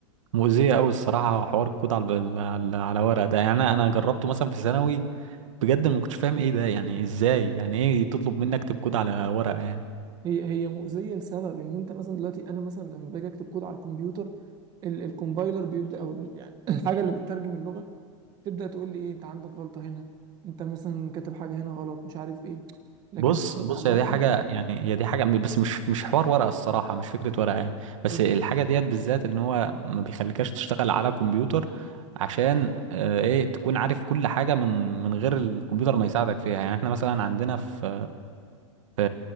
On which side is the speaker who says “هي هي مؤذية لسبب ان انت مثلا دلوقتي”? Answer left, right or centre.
Right